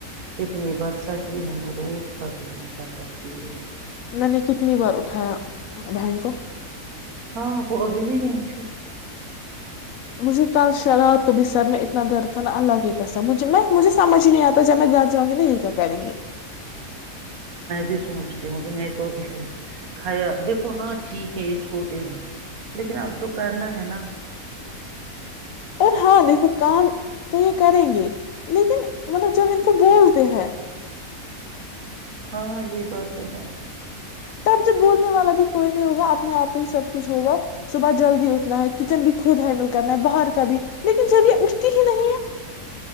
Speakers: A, on the right; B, on the left.
A: لیکنی بادشاہ چ بھی ہے میں روز کھدی ہوں کھدا <inaudible> جی <inaudible>
B: میں نے کتنی بار اٹھایا بہن کو <unintelligible>
A: ہاں وہ ابھی بھی نہیں اٹھی <unintelligible>
B: مجھے کل رات کو بسرنے اتنا درد تھا نا اللہ کی کیسا مھ مجھے <unintelligible> سمجھ ہی نہیں آتا جب میں گھر جاؤں گی نا یہ کا کریں گے <unintelligible>
A: بھی سوچتی مجھے میں تو کھایا دیکھو ہاں ٹھیک ہے یہ چھوٹے ہیں لیکن اب تو کرنا ہے نا <inaudible>
B: اور ہاں دیکھو کام تو یہ کریں گے لیکن مطلب جب ان کو بولتے ہیں <unintelligible>
A: ہاں یہ بات تو ہے <unintelligible>
B: ٹائم سے بولنے والا بھی کوئی نہیں ہوگا اپنے آپ پہ ہی سب کچھ ہوگا صبح جلدی اٹھنا ہے کچن بھی خود ہینڈل کرنا ہے باہر کا بھی لیکن جب یہ اٹھتی ہی نہیں ہے <unintelligible>